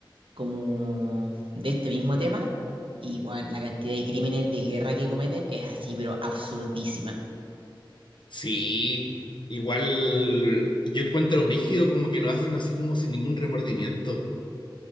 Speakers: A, on the right; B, on the left.
A: como de este mismo tema, y weón, la cantidad de crímenes de guerra que cometen es así, pero absurdísima.
B: Sí. Igual yo encuentro brígido como que lo hacen así como sin ningún remordimiento.